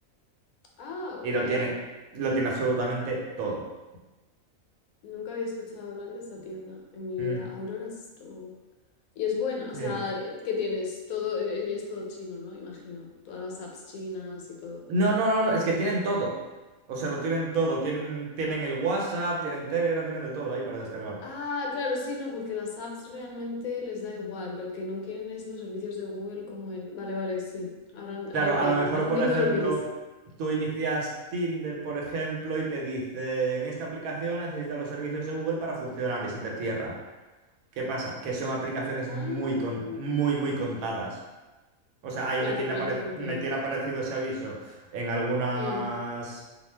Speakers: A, on the left (about 85°); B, on the right (about 85°).
A: Ah,
B: Y
A: ok.
B: lo tiene, lo tiene absolutamente todo.
A: Nunca había escuchado hablar de esa tienda en mi
B: Mm,
A: vida, Aurora Store. Y es buena, o
B: sí.
A: sea, eh, ¿qué tienes? Todo, eh, y es todo chino, ¿no? Imagino, todas las apps chinas y todo.
B: No, no, no, no, es que tienen todo. O sea, lo tienen todo. Tienen, tienen el WhatsApp, tienen Telegram, tienen de todo ahí para descargar.
A: Ah, claro, sí, no, porque las apps realmente les da igual. Lo que no quieren es los servicios de Google como el. Vale, vale, sí. Ahora, ahora
B: Claro,
A: entiendo,
B: a lo mejor,
A: ahora <laughs> entiendo
B: por ejemplo,
A: lo que es.
B: tú inicias Tinder, por ejemplo, y te dicen, esta aplicación necesita los servicios de Google para funcionar y se te cierra. ¿Qué pasa? Que son aplicaciones
A: Ah,
B: muy, con- muy, muy contadas. O sea, ahí
A: claro,
B: me tiene,
A: claro,
B: apare-
A: porque.
B: me tiene aparecido ese aviso en algunas,
A: Mm,